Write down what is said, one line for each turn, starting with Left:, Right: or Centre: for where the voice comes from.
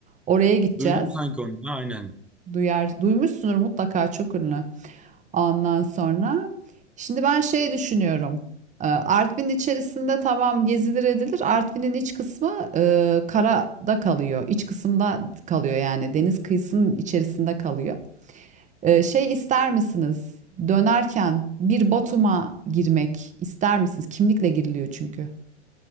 Right: Oraya gideceğiz.
Centre: Duydum sanki onu. Ha, Aynen.
Right: Duyar, duymuşsunuz mutlaka çok ünlü. Ondan sonra şimdi ben şey düşünüyorum. Ee, Artvin içerisinde tamam gezilir edilir. Artvin'in iç kısmı e, karada kalıyor. İç kısımda kalıyor yani deniz kıyısının içerisinde kalıyor. Ee, şey ister misiniz? Dönerken bir Batum'a girmek ister misiniz? Kimlikle giriliyor çünkü.